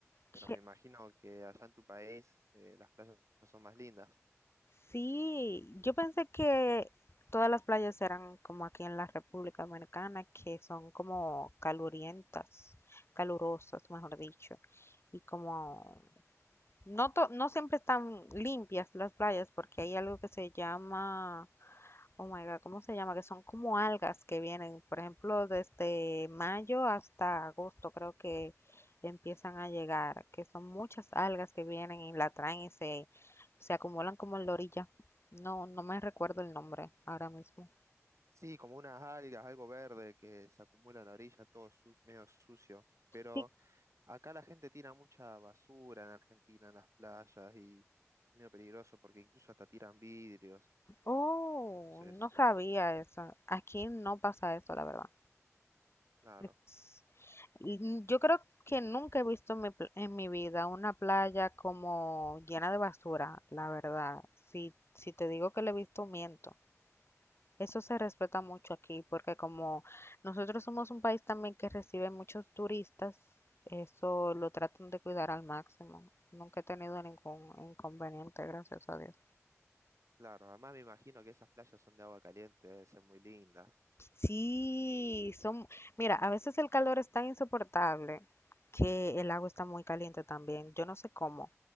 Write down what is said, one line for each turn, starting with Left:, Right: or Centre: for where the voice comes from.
Right: pero
Left: Que-
Right: me imagino que allá en tu país eh, las playas son más lindas.
Left: sí, yo pensé que todas las playas eran como aquí en la República Dominicana, que son como calurientas, calurosas, mejor dicho, y como
Right: Mm.
Left: No, to- no siempre están limpias las playas porque hay algo que se llama, oh my God, ¿cómo se llama? Que son como algas que vienen, por ejemplo, desde mayo hasta agosto creo que empiezan a llegar, que son muchas algas que vienen y la traen y se, se acumulan como en la orilla. No, no me recuerdo el nombre ahora mismo.
Right: Sí, como unas algas, algo verde que se acumula en la orilla, todo su- medio sucio. Pero
Left: Sí,
Right: acá la gente tira mucha basura en Argentina en las playas y es medio peligroso porque incluso hasta tiran vidrios.
Left: oh,
Right: Entonces,
Left: no sabía eso. Aquí no pasa eso, la verdad.
Right: claro.
Left: Es- Y Yo creo que nunca he visto en mi, pl- en mi vida una playa como llena de basura, la verdad. Si, si te digo que la he visto, miento. Eso se respeta mucho aquí porque como nosotros somos un país también que recibe muchos turistas, eso lo tratan de cuidar al máximo. Nunca he tenido ningún inconveniente, gracias a Dios.
Right: Claro, además me imagino que esas playas son de agua caliente, deben ser muy lindas.
Left: Sí, son, mira, a veces el calor es tan insoportable que el agua está muy caliente también. Yo no sé cómo.